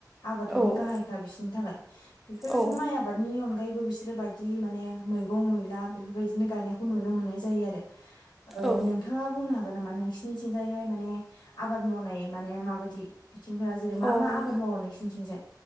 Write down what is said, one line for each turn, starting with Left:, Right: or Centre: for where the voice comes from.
Left: आबादानो
Centre: औ
Left: गाहायखा बिसोरनि थाखाय। बेफोरबायदि
Centre: औ
Left: माइ आबादनि अनगायैबो बिसोरो बाय दि माने मैगं-मैला बेफोरबायदिनो गानायखौ ननो मोनाय जायो आरो।
Centre: औ
Left: नोंथाङा बुंनो हागोन नामा नोंसिनिथिंजायहाय माने आबाद मावनाय माने माबायदि बिथिंफोरा जेरै मा
Centre: औ
Left: मा
Centre: अ
Left: आबाद मावो नोंसिनिथिंजाय?